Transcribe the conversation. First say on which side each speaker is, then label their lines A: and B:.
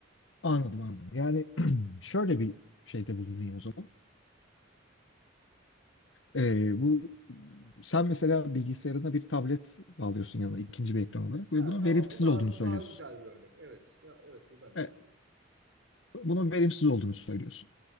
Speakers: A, on the left; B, on the right.
A: Anladım anladım. Yani <clears throat> şöyle bir şeyde bulunayım o zaman. Ee, bu sen mesela bilgisayarına bir tablet bağlıyorsun yanına ikinci bir ekran olarak ve
B: Ha,
A: bunun
B: tamam.
A: verimsiz
B: Bu daha
A: olduğunu
B: bu
A: söylüyorsun.
B: daha güzel bir örnek. Evet. Ya, evet buradan ilerleyelim.
A: E, Bunun verimsiz olduğunu söylüyorsun.